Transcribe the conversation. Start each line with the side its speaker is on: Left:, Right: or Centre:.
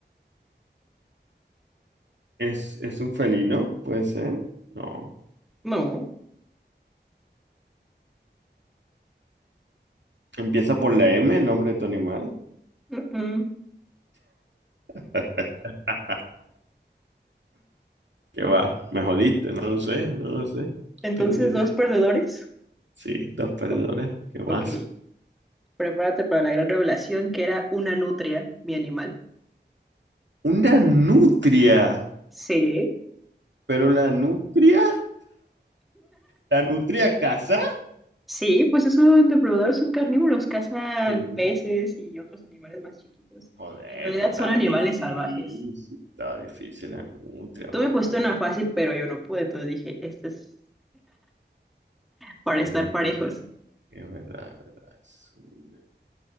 Right: es, es un felino, puede ser. No.
Centre: No.
Right: Empieza por la M, el nombre de tu animal.
Centre: mm, mm.
Right: <laughs> ¿Qué va? ¿Me jodiste? No lo sé, no lo sé. No
Centre: Entonces,
Right: tengo ni idea.
Centre: dos perdedores.
Right: Sí, dos perdedores.
Centre: O-
Right: ¿Qué más?
Centre: ok. Prepárate para la gran revelación que era una nutria, mi animal.
Right: Una nutria.
Centre: Sí.
Right: ¿Pero la nutria? ¿La nutria casa?
Centre: Sí, pues esos depredadores son carnívoros, cazan
Right: Sí.
Centre: peces y otros animales más chiquitos.
Right: Joder,
Centre: En realidad
Right: pero estaba
Centre: son animales
Right: difícil.
Centre: salvajes.
Right: Estaba difícil la nutria,
Centre: Tú
Right: va.
Centre: me pusiste una fácil, pero yo no pude, entonces dije, este es para
Right: Es
Centre: estar
Right: verdad,
Centre: parejos.
Right: es verdad, es verdad. Sí.